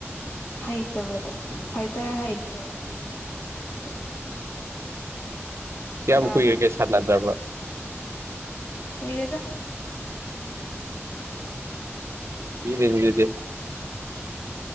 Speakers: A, on the left; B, on the right.
A: ꯍꯩꯇꯕꯗꯣ ꯐꯥꯏꯇꯔ ꯍꯩꯇ꯭ꯔꯒꯗꯤ ꯈꯪꯗꯦ
B: ꯀꯌꯥꯝ
A: ꯌꯥꯗꯦꯕ
B: ꯀꯨꯏꯔꯒꯦ ꯁꯥꯟꯅꯗ꯭ꯔꯕ
A: ꯀꯏꯔꯦꯗ ꯆꯍꯤ ꯃꯥꯔꯤ
B: ꯃꯤꯅꯦꯅꯗꯦ